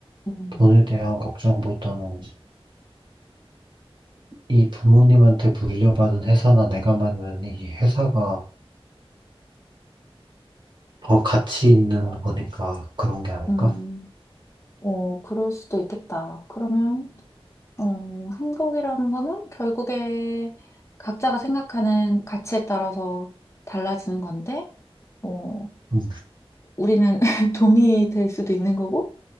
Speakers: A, on the left; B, on the right.
A: 음,
B: 돈에 대한 걱정보다는 이 부모님한테 물려받은 회사나 내가 만든 이 회사가 더 가치 있는 거니까 그런 게 아닐까?
A: 음, 어, 그럴 수도 있겠다. 그러면, 어, 행복이라는 거는 결국에 각자가 생각하는 가치에 따라서 달라지는 건데, 어,
B: 음.
A: 우리는 <laughs> 돈이 될 수도 있는 거고,